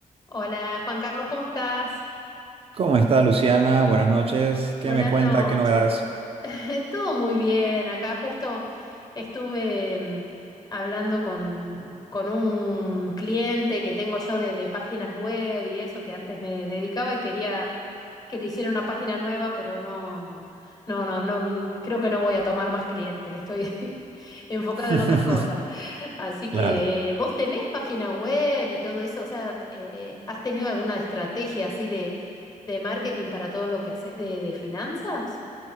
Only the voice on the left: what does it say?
Hola, Juan Carlos, ¿cómo estás?
Buenas
noches.
<laughs> Todo muy bien. Acá justo estuve mm, hablando con, con un cliente que tengo yo de, de páginas web y eso que antes me dedicaba y quería que le hicieron una página nueva, pero no, no, no, no, n- creo que no voy a tomar más clientes, estoy <laughs> enfocada
en otras cosas. Así
que eh, vos tenés página web y todo eso, o sea, eh, ¿has tenido alguna estrategia así de, de marketing para todo lo que haces de, de finanzas?